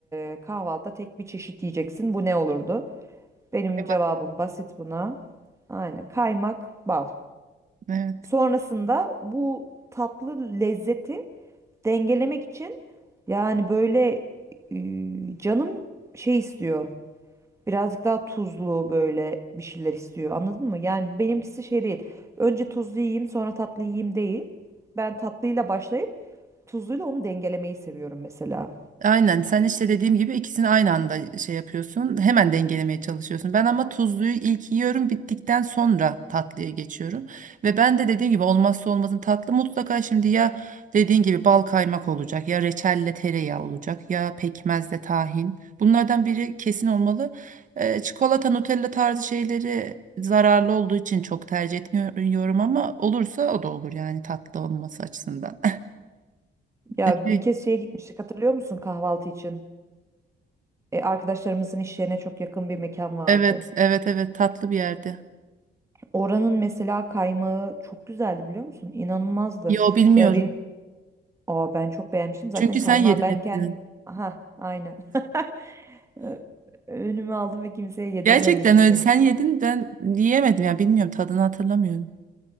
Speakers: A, on the right (about 15°); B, on the right (about 45°).
A: e, kahvaltıda tek bir çeşit yiyeceksin. Bu ne olurdu? Benim
B: Kaymak.
A: cevabım basit buna. Aynen kaymak, bal.
B: Evet.
A: Sonrasında bu tatlı lezzeti dengelemek için yani böyle e, canım şey istiyor. Birazcık daha tuzlu böyle bir şeyler istiyor. Anladın mı? Yani benimkisi şey değil. Önce tuzlu yiyeyim sonra tatlı yiyeyim değil. Ben tatlıyla başlayıp tuzluyla onu dengelemeyi seviyorum mesela.
B: Aynen sen işte dediğim gibi ikisini aynı anda şey yapıyorsun. Hemen dengelemeye çalışıyorsun. Ben ama tuzluyu ilk yiyorum bittikten sonra tatlıya geçiyorum. Ve ben de dediğim gibi olmazsa olmazın tatlı mutlaka şimdi ya dediğin gibi bal kaymak olacak ya reçelle tereyağı olacak ya pekmezle tahin. Bunlardan biri kesin olmalı. Ee, çikolata Nutella tarzı şeyleri zararlı olduğu için çok tercih etmiyorum ama olursa o da olur yani tatlı olması açısından.
A: Ya
B: <laughs> Şey,
A: bir kez şeye gitmiştik hatırlıyor musun kahvaltı için? E, arkadaşlarımızın iş yerine çok yakın bir mekan vardı.
B: Evet, evet, evet tatlı bir yerde.
A: Oranın mesela kaymağı çok güzeldi biliyor musun? İnanılmazdı.
B: Yo bilmiyorum.
A: Ya benim aa ben çok beğenmiştim. Zaten
B: Çünkü
A: kaymağı
B: sen yedin
A: benken
B: hepsini.
A: aha aynen. <laughs> Ö- Önüme aldım ve kimseye yedirmemiştim.
B: Gerçekten öyle sen yedin ben yiyemedim ya bilmiyorum tadını hatırlamıyorum.